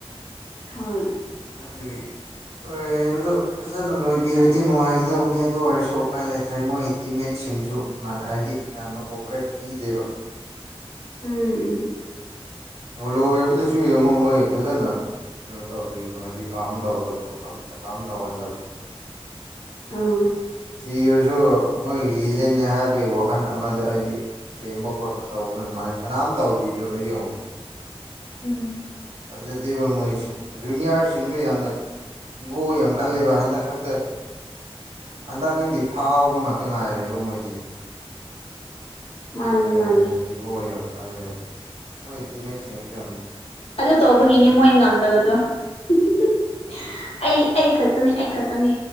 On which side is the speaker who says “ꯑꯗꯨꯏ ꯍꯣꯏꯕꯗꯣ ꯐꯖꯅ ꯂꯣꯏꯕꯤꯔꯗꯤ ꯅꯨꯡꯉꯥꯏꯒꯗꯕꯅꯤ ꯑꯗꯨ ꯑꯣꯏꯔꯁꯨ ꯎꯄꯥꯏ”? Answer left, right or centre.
Right